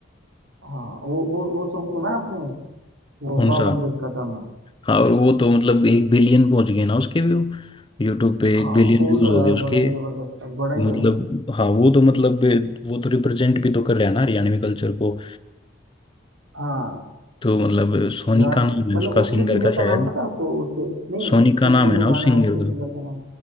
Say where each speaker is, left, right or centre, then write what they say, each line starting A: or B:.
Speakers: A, on the right; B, on the left.
A: हाँ वो वो वो सॉन्ग सुना आपने वो
B: कौन
A: बावन
B: सा
A: गज का दामन
B: हाँ और वो तो मतलब एक बिलियन पहुंच गए ना उसके व्यू यूट्यूब पे
A: हाँ
B: एक बिलियन
A: वो
B: व्यूज
A: तो
B: हो
A: यार
B: गए उसके
A: बड़ा ही जबरदस्त था बड़ा ही
B: मतलब
A: जबरदस्त
B: हाँ वो तो मतलब वो तो रिप्रेजेंट भी तो कर रहा है ना हरियाणवी कल्चर को
A: हाँ
B: तो मतलब सोनी
A: यार
B: का नाम है
A: मतलब
B: उसका
A: उसके
B: सिंगर
A: सिंगर
B: का
A: का
B: शायद
A: नाम पता है आपको उसके नहीं
B: सोनी का
A: उस
B: नाम
A: वो जो
B: है ना
A: गाना
B: उस सिंगर
A: है उसके सिंगर
B: का
A: का नाम